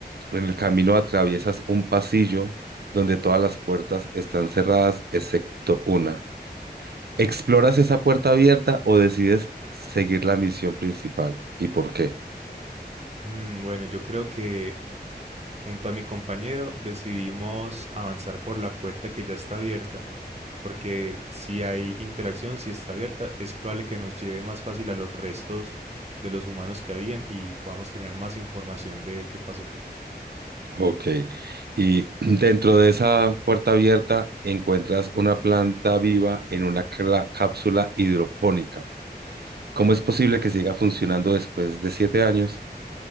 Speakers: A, on the right; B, on the right.
A: En el camino atraviesas un pasillo donde todas las puertas están cerradas excepto una. ¿Exploras esa puerta abierta o decides seguir la misión principal? ¿Y por qué?
B: Mm, bueno, yo creo que Junto a mi compañero decidimos avanzar por la puerta que ya está abierta, porque si hay interacción, si está abierta, es probable que nos lleve más fácil a los restos de los humanos que habían y podamos tener más información de qué pasó.
A: Ok. Y <clears throat> dentro de esa puerta abierta encuentras una planta viva en una cla- cápsula hidropónica. ¿Cómo es posible que siga funcionando después de siete años?